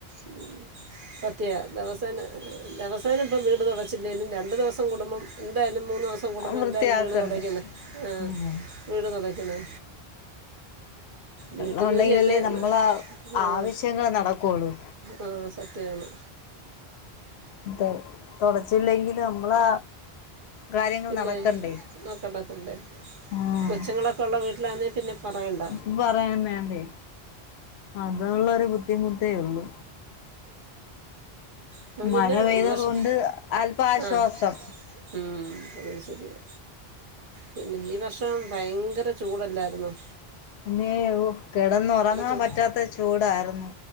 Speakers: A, on the right (about 55°); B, on the left (about 85°).
A: ഉം സത്യവാ ദവസ് സെന്നെ ദെവസേനെ ഇപ്പം വീട് തുടച്ചില്ലേല്ലും രണ്ട് ദിവസം കൂടുമ്പം എന്തായാലും മൂന്നൂ സം കൂടുമ്പം
B: വൃത്തിയാക്കണ്ടേ
A: എന്തായാലും വീട് തുടക്ക്യ്ന്നെ ആഹ്
B: ഉം
A: വീട് തുടക്ക്യ്ണേ. വീട്ടു
B: വെള്ളം
A: ജോലിയെന്നെ
B: ഉണ്ടെങ്കിലല്ലേ നമ്മളെ
A: ആഹ്
B: ആവശ്യങ്ങൾ നടക്കുള്ളൂ
A: ആഹ് സത്യവാണ്.
B: അതെ. തൊടച്ചില്ലെങ്കില് നമ്മളാ കാര്യങ്ങൾ
A: പിന്നേ.
B: നടക്കണ്ടേ
A: ആക്കെണ്ടാ ആക്കെണ്ടേ.
B: ആഹ്
A: കൊച്ചുങ്ങളൊക്കെ ഉള്ള വീട്ടിലാന്നേ പിന്നെ പറയണ്ട.
B: അപ്പ പറയേം വേണ്ടേ. അതാ ഉള്ളൊരു ബുദ്ധിമുട്ടേ ഉള്ളു.
A: അപ്പംപിന്നെ
B: മഴ പെയ്തത്
A: ഈ വർഷം
B: കൊണ്ട് അല്പ ആശ്വാസം
A: ആഹ് ഉം അത് ശരിയാ. പിന്നെ ഈ വർഷം ഭയങ്കര ചൂടല്ലാര്ന്നോ?
B: പിന്നേ ഒഹ് കിടന്നുറങ്ങാൻ
A: ചൂ
B: പറ്റാത്ത ചൂടാർന്നു.